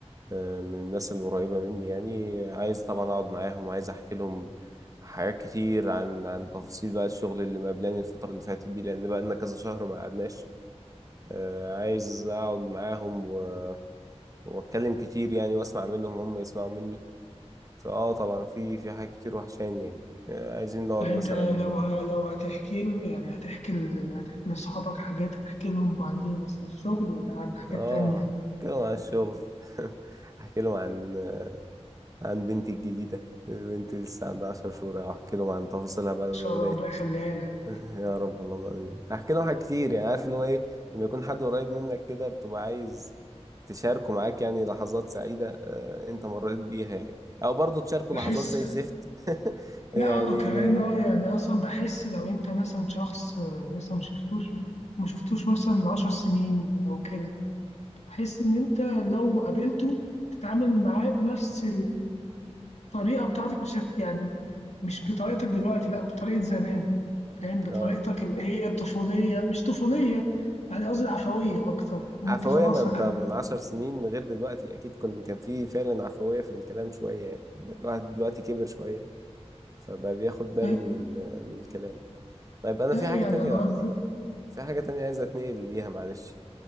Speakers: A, on the right; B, on the left.
A: آه، من الناس القريبة مني يعني عايز طبعا أقعد معاهم عايز أحكي لهم حاجات كتير عن عن تفاصيل بقى الشغل اللي مقابلاني الفترة اللي فاتت دي لأن بقى لنا كذا شهر ما قعدناش آه، عايز أقعد معاهم و... وأتكلم كتير يعني وأسمع منهم وهم يسمعوا مني فاه طبعا في في حاجات كتير وحشاني يعني آه، عايزين نقعد
B: يعني
A: مثلا
B: انت لو ه- لو هتحكي ل- يعني هتحكي ل- هتحكي لاصحابك حاجات هتحكي لهم عن ايه مثلا الشغل ولا عن حاجات
A: اه
B: تانية ان
A: احكي لهم عن الشغل <laughs> احكي لهم عن عن بنتي الجديدة بنتي لسه عندها عشر شهور احكي لهم عن تفاصيلها بقى لما
B: شاء
A: بدأت
B: الله ربنا يخليها لك
A: يا رب اللهم امين احكي لهم حاجات كتير يعني عارف اللي هو ايه لما يكون حد قريب منك كده بتبقى عايز تشاركه معاك يعني لحظات سعيدة آه، انت مريت بيها يعني او برضه تشاركه
B: بحس
A: لحظات زي الزفت <laughs> يعني
B: لا اه كمان
A: لو
B: اه يعني اصلا بحس لو انت مثلا شخص آه، مثلا ما شفتوش ما شفتوش مثلا من عشر سنين او كده بحس ان انت لو قابلته هتتعامل معاه بنفس الطريقه بتاعتك مش هت يعني مش بطريقتك دلوقتي لا بطريقه زمان فاهم بطريقتك
A: اه
B: اللي هي الطفوليه مش طفوليه يعني قصدي العفويه اكتر ان
A: عفوية
B: انت خلاص
A: ما انت
B: هت...
A: من عشر سنين غير دلوقتي اكيد كن كان في فعلا عفوية في الكلام شوية يعني الواحد دلوقتي كبر شوية فبقى بياخد باله
B: أي-
A: من ال... من الكلام طيب انا
B: لا
A: في حاجة
B: يعني
A: تانية
B: انا قصدي
A: في حاجة تانية عايز اتنقل ليها معلش